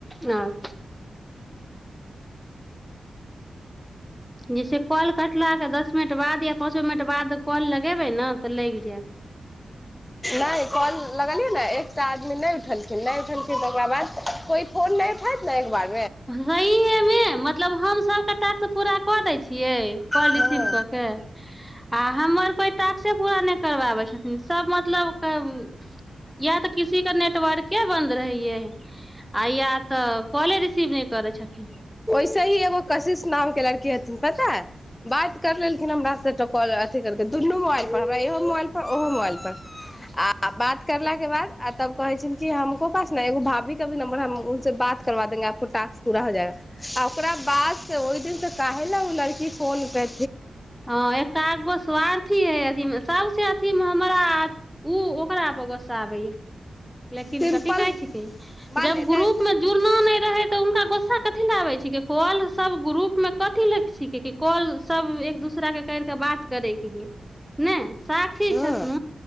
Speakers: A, in the centre; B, on the left.
A: न जैसे कल कटलेऽ दस मिनट बाद या पाँचो मिनट बाद कॉल लगेबै ने तऽ लागि जायत
B: नहि कॉल लगलियै ने एकटा आदमी नहि उठलखिन नहि उठलखिन तऽ ओकरा बाद कोई फोन नहि उठैत ने एक बार
A: सही हैमे मतलब हम सब कटाक से पूरा कऽ दै छियै कल
B: हँ
A: रिसीव कऽ के आ हमर कोई टास्के पूरा नहि करवाबे छथिन सब मतलब या तऽ कृषी के नेटवर्के बंद रहेये आ या तऽ कॉले स नहि करै छथिन
B: ओहिसे ही एगो कशिश नाम के लड़की हथिन पता बात कर लेलखिन हमर अथ कर दुनू मोबाइल पर हमरा इहो मोबाइल पर ओहो मोबाइल पर आ बात करलला के बाद आ तब कहे छै कि हमको पास ने एगो भाभी के भी नम्बर हम उस बात करबा देेंगे आो पूरा हो जाएा आ ओकरा बाद से ओहि दिन से कहेल ओ लड़की फोन के
A: हँ एक आ गो स्वार्थी है सबस अथी मे हमरा ओ ओकरापर गुस्सा आबैए लेकिन
B: सिम्पल
A: कथी कहै छिके
B: मान
A: जब
B: ले जाय
A: ग्रुप में जुड़ना नहि े तऽ उनका गोस्सा कथिी लाबे छिक कल सब ग्रुप मे कथिी ले छिक कल सब एक दोसरा के कर के बात करे नहि स्षी
B: हँ
A: छथिन